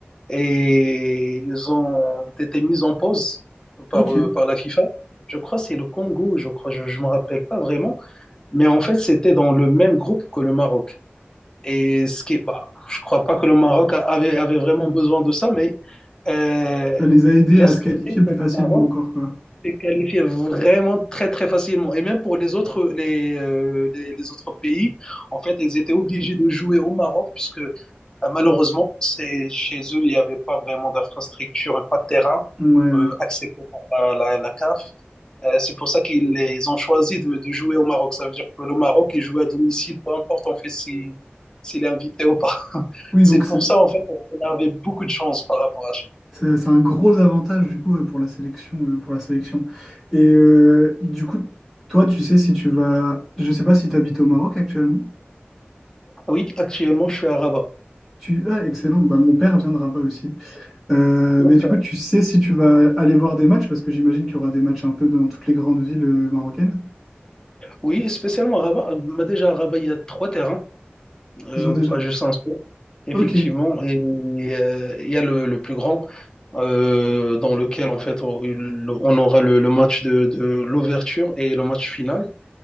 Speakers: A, on the left (about 20°); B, in the centre.
A: et ils ont été mis en pause par,
B: Ok.
A: euh, par la FIFA. Je crois que c'est le Congo, je crois, je ne me rappelle pas vraiment. Mais en fait, c'était dans le même groupe que le Maroc. Et ce qui, est- bah, je crois pas que le Maroc a- avait, avait vraiment besoin de ça, mais euh,
B: Ça les a aidés
A: là,
B: à
A: ce
B: se
A: qui
B: qualifier
A: fait
B: plus
A: que le
B: facilement
A: Maroc
B: encore quoi.
A: s'est qualifié vraiment très, très facilement. Et même pour les autres, les, euh, les, les autres pays, en fait, ils étaient obligés de jouer au Maroc, puisque euh, malheureusement, c'est, chez eux, il n'y avait pas vraiment d'infrastructure et pas de terrain
B: Ouais ouais.
A: euh, accepté par la, la, la CAF. Euh, c'est pour ça qu'ils ils ont choisi de, de jouer au Maroc. Ça veut dire que le Maroc, il joue à domicile, peu importe en fait si, s'il est invité ou pas. <laughs>
B: Oui
A: C'est
B: donc
A: pour
B: c'est
A: ça en fait on avait beaucoup de chance par rapport à ça.
B: c'est c'est un gros avantage du coup ouais, pour la sélection euh, pour la sélection. Et euh, du coup toi tu sais si tu vas je sais pas si tu habites au Maroc actuellement.
A: Oui, actuellement je suis à Rabat.
B: Tu ah excellent. Bah mon père viendra pas aussi. Euh,
A: D'accord.
B: mais du coup tu sais si tu vas aller voir des matchs parce que j'imagine qu'il y aura des matchs un peu dans toutes les grandes villes euh, marocaines.
A: Oui, spécialement à Rabat. Euh, Bah, Déjà à Rabat, il y a trois terrains, euh,
B: Ils ont déjà.
A: pas juste un seul. Effectivement,
B: Ok.
A: et euh, il y a le, le plus grand euh, dans lequel en fait on, on aura le, le match de, de l'ouverture et le match final